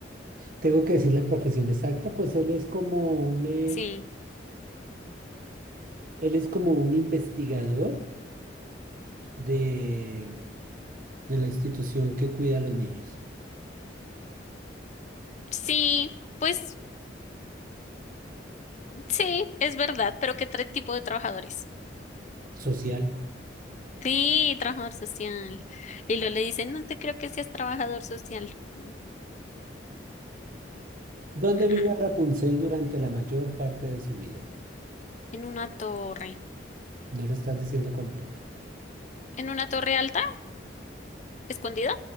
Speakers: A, on the right; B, on the left.
A: tengo que decir la profesión exacta, pues él es como un, eh,
B: Sí,
A: él es como un investigador de. de la institución que cuida a los niños.
B: sí, pues sí, es verdad, pero ¿qué tra- tipo de trabajadores?
A: Social,
B: Sí, trabajador social. Y luego le dicen, no te creo que seas trabajador social. Mm,
A: ¿dónde
B: mm,
A: vive
B: mm.
A: Rapunzel durante la mayor parte de su vida?
B: En una torre.
A: No lo estás diciendo completo.
B: ¿En una torre alta? ¿Escondida?